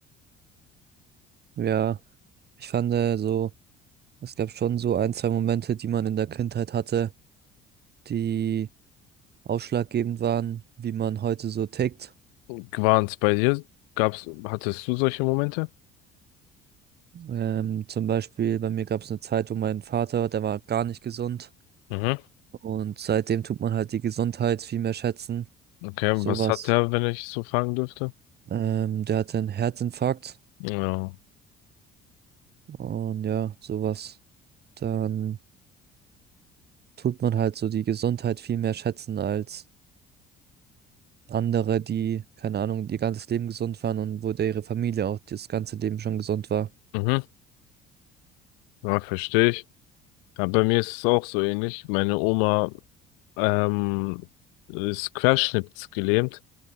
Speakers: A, on the right; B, on the left.
A: Ja, ich fand äh, so. Es gab schon so ein, zwei Momente, die man in der Kindheit hatte, die ausschlaggebend waren, wie man heute so tickt.
B: War's bei dir? Gab's, hattest du solche Momente?
A: Ähm, zum Beispiel bei mir gab es eine Zeit, wo mein Vater, der war gar nicht gesund
B: Mhm.
A: und seitdem tut man halt die Gesundheit viel mehr schätzen.
B: Okay,
A: Sowas.
B: was hat der, wenn ich so fragen dürfte?
A: Ähm, der hatte einen Herzinfarkt
B: Ja.
A: und ja, sowas. Dann tut man halt so die Gesundheit viel mehr schätzen als andere, die, keine Ahnung, ihr ganzes Leben gesund waren und wo der ihre Familie auch das ganze Leben schon gesund war.
B: Mhm. Ja, verstehe ich. Ja, bei mir ist es auch so ähnlich. Meine Oma ähm, ist querschnittsgelähmt.